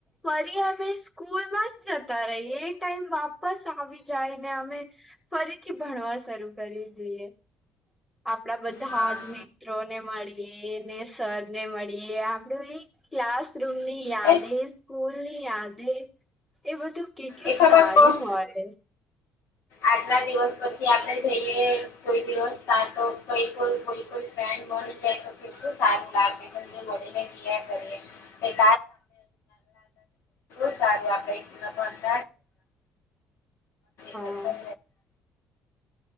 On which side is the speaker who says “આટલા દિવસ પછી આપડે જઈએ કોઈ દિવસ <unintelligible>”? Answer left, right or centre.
Left